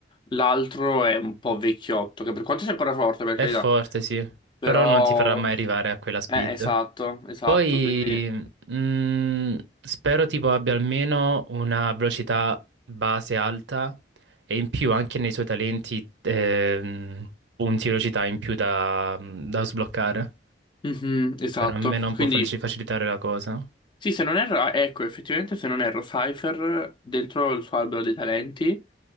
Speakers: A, on the left; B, on the right.
A: L'altro è un po' vecchiotto, che per quanto sia ancora forte, per
B: è
A: carità,
B: forte, sì,
A: però...
B: però non ti farà mai arrivare a quella Speed.
A: Eh, esatto, esatto,
B: Poi
A: quindi...
B: mm, spero tipo abbia almeno una velocità base alta e in più anche nei suoi talenti ehm, punti di velocità in più da, da sbloccare,
A: Mhm, esatto,
B: per almeno un
A: quindi
B: po' facil- facilitare la cosa.
A: Sì, se non erro, ah, ecco, effettivamente se non erro, Cypher dentro il suo albero dei talenti